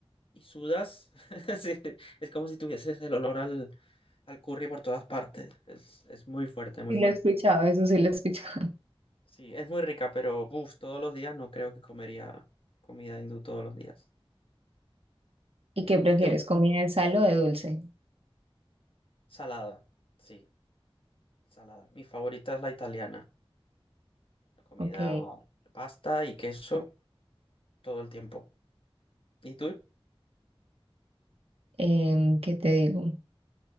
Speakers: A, on the left; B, on the right.
A: y sudas, <laughs> sí, es como si tuvieses el olor al, al curry por todas partes. Es, es muy fuerte, muy
B: Sí
A: fuerte.
B: lo he escuchado, eso sí lo he escuchado. <laughs>
A: Sí, es muy rica, pero uf, todos los días no creo que comería comida hindú todos los días.
B: ¿Y qué prefieres,
A: ¿Y qué ot-
B: comida de sal o de dulce?
A: Salada. Sí. Salada. Mi favorita es la italiana. La comida,
B: Ok.
A: pasta y queso todo el tiempo. ¿Y tú?
B: Em, ¿qué te digo?